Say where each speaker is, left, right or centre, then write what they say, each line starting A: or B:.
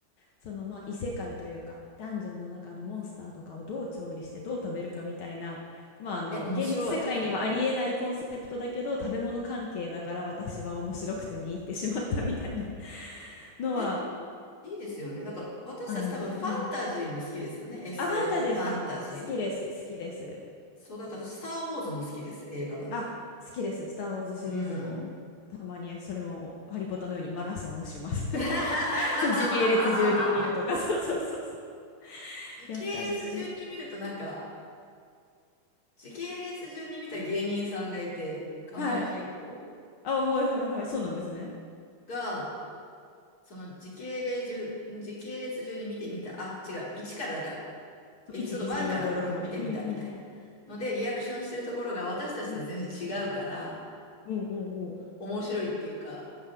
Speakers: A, on the left; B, on the left.
A: そのまあ異世界というか、ダンジョンの中のモンスターとかをどう調理してどう食べるかみたいな、まああの、
B: え、面白い。
A: 現実世界にはありえないコンセプトだけど、食べ物関係だから私は面白くて見入ってしまったみたいなのは、
B: え、いいですよね。だから、私たち多分ファンタジーも好きですよね。
A: アニメで。うん。
B: SF
A: あ、ファンタジー、
B: フファンタジー。
A: あ、好きです、好きです。
B: そう、だから私、スター・ウォーズも好きです。映画だと。
A: あ、好きです。スター・ウォーズシリーズも、
B: うん。
A: たまにそれも、ハリポタのようにマラソンをします。<laughs>
B: <laughs>
A: そう、時系列順に見るとか、<laughs> そうそうそうそう。
B: 時系列順に見るとなんか、
A: やったりして。
B: 時系列順に見た芸人さんがいて、狩野英孝
A: はい。あ、はいはいはい。そうなんですね。
B: が、その時系列順、時系列順に見てみた。あ、違う。1からだから。
A: そう1、
B: エピソード1から、
A: 2、3、4、5、6みたいな。
B: うん、見てみたみたいな。
A: うんうん
B: ので、リアクションしてるところが私たちと全然違うから、
A: うん。うん。うんうんうん。
B: 面白いっていうか、